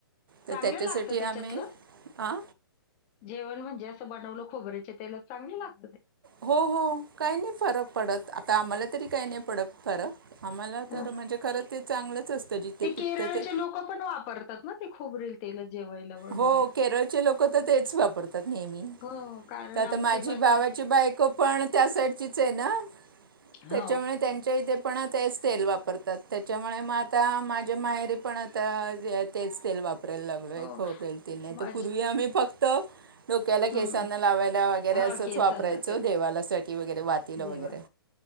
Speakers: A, on the right; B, on the left.
A: तर
B: चांगलं
A: त्याच्यासाठी
B: लागतं
A: आम्ही
B: त्याच्यातलं?
A: आ
B: जेवण म्हणजे असं बनवलं खोबऱ्याचे तेलत चांगल लाग
A: हो हो काही नाही फरक पडत आता आम्हाला तरी काही नाही पडत फरक आम्हाला
B: हां.
A: तर म्हणजे खरं ते चांगलंच असतं जिथे
B: ते केरळचे
A: पिकतं ते
B: लोकं पण वापरतात ना खोबरेल ते जेवायला वगैरे.
A: हो केरळचे लोक तर तेच वापरतात नेहमी
B: हो, कारण
A: ते आता
B: आमचे
A: माझी
B: माझे
A: भावाची बायको पण त्या साईडचीच आहे ना
B: हो,
A: त्याच्यामुळे त्यांच्या इथे पण तेच तेल वापरतात. त्याच्यामुळे म आता मा माझ्या माहेरी पण आता जे आहे तेच तेल वाप <unintelligible> हो
B: हो.
A: प्रेलतील नाही तर
B: माझे
A: पूर्वी आम्ही फक्त डोक्याला केसांना
B: हं.
A: लावायला वगैरे
B: हा
A: असंच
B: केसांना
A: वापरायचो
B: तेच
A: देवालासाठी वगैरे वातलं
B: देवा
A: वगैरे